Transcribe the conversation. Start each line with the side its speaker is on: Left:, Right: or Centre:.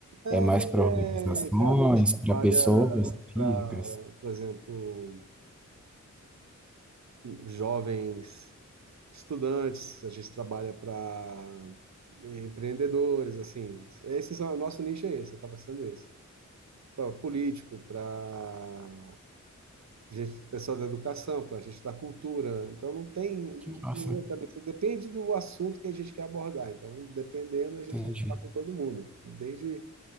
Right: É,
Centre: é mais para organizações,
Right: é, cara, a gente
Centre: para
Right: trabalha
Centre: pessoas físicas?
Right: para, por exemplo, jovens estudantes, a gente trabalha para empreendedores, assim, esse é o nosso nicho é esse, acaba sendo esse. para político, para gente, pessoal da educação, para gente da cultura. Então não tem
Centre: Nossa,
Right: exatamente, depende do assunto que a gente quer abordar. Então, dependendo, a gente
Centre: entendi.
Right: vai falar com todo mundo, desde